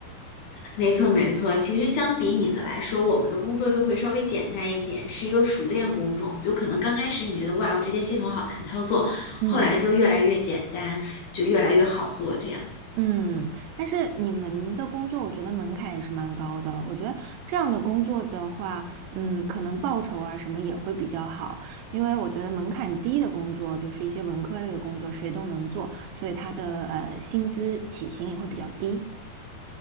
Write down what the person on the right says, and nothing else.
<laughs> 嗯。
嗯，但是你们的工作，我觉得门槛也是蛮高的。我觉得这样的工作的话，嗯，可能报酬啊什么也会比较好，因为我觉得门槛低的工作，就是一些文科类的工作，谁都能做，所以他的呃薪资起薪也会比较低。